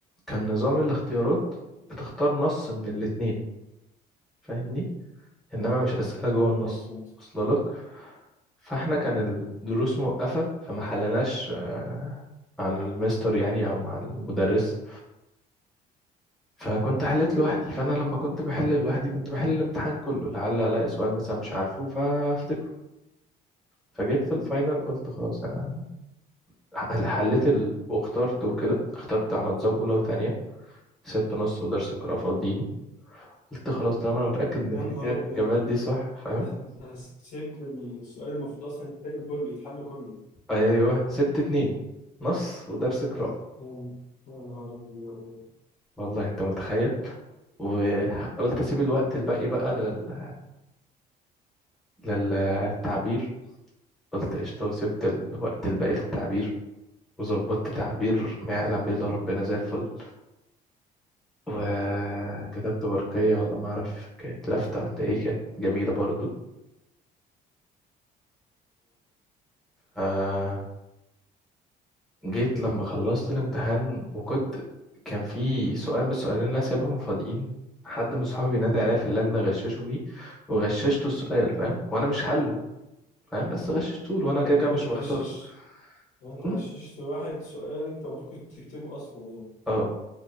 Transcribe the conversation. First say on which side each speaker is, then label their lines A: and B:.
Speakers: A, in the centre; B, on the left (about 50°).
A: كان نظام الاختيارات بتختار نص من الاتنين فاهمني انما مش أسئلة جوه
B: ايوه
A: النص
B: ايوه فهمت
A: واصله لك فاحنا كان الدروس موقفة فما حلناش آه، مع المستر يعني او مع المدرس فكنت حليت لوحدي فانا لما كنت بحل لوحدي كنت بحل الامتحان كله لعل الاقي سؤال مثلا مش عارفه فافتكره فجيت في
B: مم.
A: الفاينل قلت خلاص انا ح- حليت ال... واخترت وكده اخترت على نظام اولى وتانية سبت نص ودرس قراءة فاضيين قلت خلاص طالما انا متأكد ان
B: يا
A: كده
B: نهار
A: كده الاجابات
B: ابيض
A: دي صح فاهم
B: ده ده سبت السؤال المفروض اصلا يتحل كله يتحل كله
A: ايوه سبت اتنين نص ودرس قراءة
B: يا يا- يا نهار ابيض
A: والله انت متخيل وقلت اسيب الوقت الباقي بقى لل... للتعبير قلت قشطة وسبت الوقت الباقي للتعبير وظبطت تعبير ما يعلم به إلا ربنا زي الفل وكتبت برقية ولا ما أعرف كانت لافتة ولا إيه كانت جميلة برضو آه جيت لما خلصت الامتحان وكنت كان في سؤال من السؤالين اللي أنا سايبهم فاضيين حد من صحابي نادى عليا في اللجنة غششه فيه وغششته السؤال فاهم وأنا مش حله فاهم بس غششته له وأنا
B: هو
A: كده
B: انت
A: كده
B: بتغشش
A: مش مختاره
B: هو انت
A: م?
B: غششت واحد سؤال انت المفروض كنت تكتبه اصلا يعني
A: اه